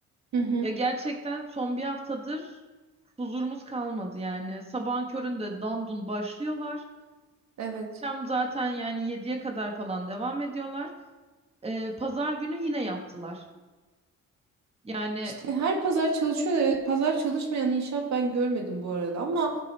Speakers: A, on the right; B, on the right.
A: Hı hı.
B: Ya gerçekten son bir haftadır huzurumuz kalmadı yani. Sabahın köründe dandun başlıyorlar.
A: Evet.
B: Akşam zaten yani yediye kadar falan devam ediyorlar. Ee, pazar günü yine yaptılar. Yani
A: İşte her pazar çalışıyorlar. Evet, pazar çalışmayan inşaat ben görmedim bu arada ama